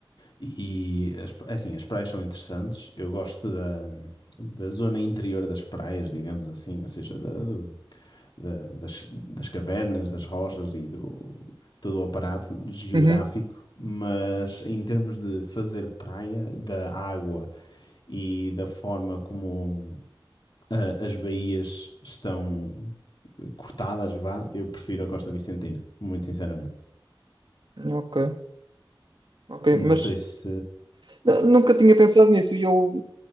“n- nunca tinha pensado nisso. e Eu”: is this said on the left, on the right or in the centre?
Right